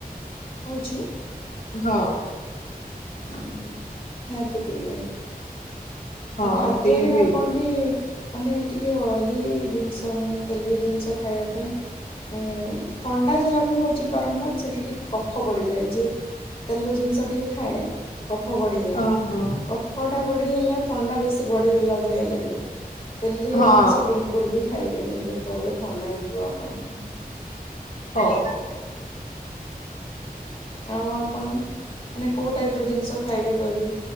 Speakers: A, on the left; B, on the left.
A: ହଉଛି,
B: ହଁ।
A: ଉଁ ଉଁ ନିହାତି ପିଇବେ।
B: ହଁ
A: ଆଉ ଖାଦ୍ୟରେ
B: ପିଇବି
A: ଆପଣ ବି ମାନେ ଟିକେ ଅଏଲି ଜିନିଷ ମାନେ ତେଲିଆ ଜିନିଷ ଖାଇବା ପାଇଁ। ଉଁ ଉ ଥଣ୍ଡା ଯାହାକୁ ହଉଛି ବାରମ୍ବାର ସେଠି ଟିକେ କଫ ପଡିଯାଏ। ଯିଏ ତେଲ ଜିନିଷ ଟିକେ ଖାଏ କଫ ବଢିଯାଏ
B: ଓହୋ
A: କଫ ଟା ବଢିଗଲା, ଥଣ୍ଡା ବେଶୀ ବଢିଗଲା ଭଳିଆ ଲାଗେ ତେଲିଆ
B: ହଁ
A: ଜିନିଷ ବିଲ କୁଲ ବି ଖାଇବେନି ଯେତେବେଳେ ଥଣ୍ଡା ହେଇଥିବ ଆପଣଙ୍କୁ।
B: ହଉ।
A: ଆଉ ଆପଣ ମାନେ କୋଉ ଟାଇପ ର ଜିନିଷ ଖାଇବେ କହିବି।